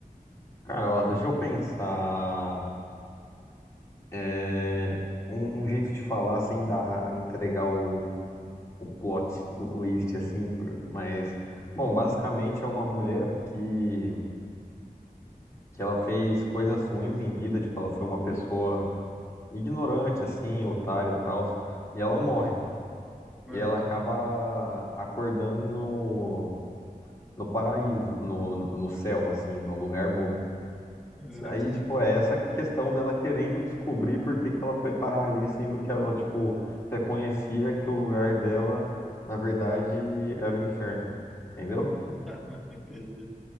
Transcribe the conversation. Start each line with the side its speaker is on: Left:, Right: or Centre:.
Left: Cara, ó, deixa eu pensar é, um, um jeito de falar sem dar, entregar o, o plot do twist, assim, por- mas, bom, basicamente é uma mulher que, que ela fez coisas ruins em vida, tipo, ela foi uma pessoa ignorante, assim, otária e tal, e ela morre.
Centre: É,
Left: E ela acaba acordando no no paraíso, no, no céu, assim, no lugar bom.
Centre: é.
Left: Aí, tipo, é essa questão dela querendo descobrir por que que ela foi parar ali, sendo que ela, tipo, reconhecia que o lugar dela, na verdade, era o inferno. Entendeu?
Centre: <laughs> Entendi.